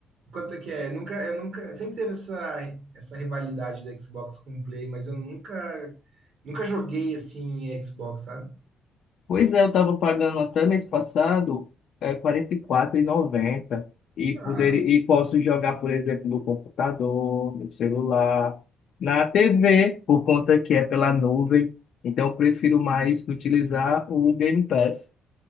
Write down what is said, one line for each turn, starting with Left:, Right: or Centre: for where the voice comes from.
Right: Quanto é que é? Eu nunca, eu nunca, sempre teve essa, essa rivalidade da Xbox com o Play, mas eu nunca, nunca joguei assim em Xbox, sabe?
Left: Pois é, eu estava pagando até mês passado é, quarenta e quatro e, noventa e
Right: Ah,
Left: poder e posso jogar, por exemplo, no computador, no celular, na TV, por conta que é pela nuvem. Então, eu prefiro mais utilizar o Game Pass.